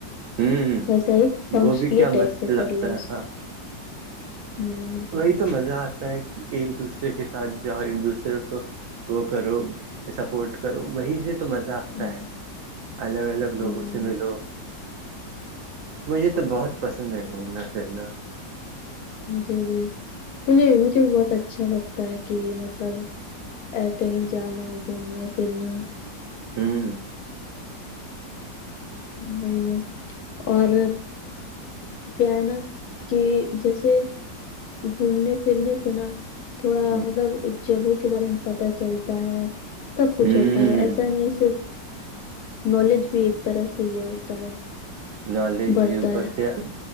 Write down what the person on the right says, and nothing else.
ہوں
وہ بھی
کیا
مست
لگتا
ہے
ہاں
وہی تو مزہ آتا ہے کہ ایک دوسرے کے ساتھ جاؤ ایک دوسرے کو وہ کرو سپورٹ کرو وہی سے تو مزہ آتا
ہے الگ الگ لوگوں
سے ملو مجھے تو بہت پسند ہے گھومنا پھرنا
ہوں
ہ
ہوں
نالج
بھیو پرر
سے